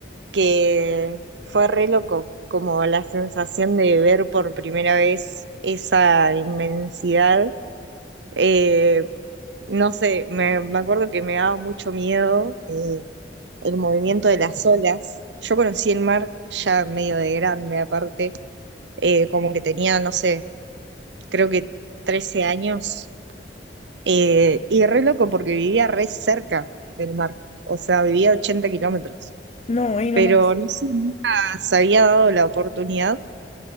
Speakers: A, on the right; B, on the left.
A: que fue re loco, como la sensación de ver por primera vez esa inmensidad. eh, no sé, me, me acuerdo que me daba mucho miedo eh, el movimiento de las olas. Yo conocí el mar ya medio de grande, aparte, eh, como que tenía, no sé, creo que trece años, eh, y re loco porque vivía re cerca del mar, o sea, vivía a 80 kilómetros,
B: No, ahí nomás.
A: pero no sé, nunca se había dado la oportunidad.